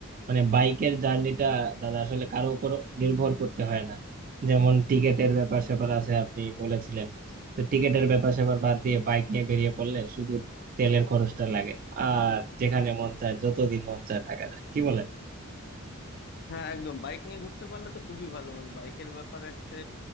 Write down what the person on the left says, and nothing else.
হ্যাঁ একদম বাইক নিয়ে ঘুরতে পারলে তো খুবই ভালো মানে বাইকের ব্যাপার হচ্ছে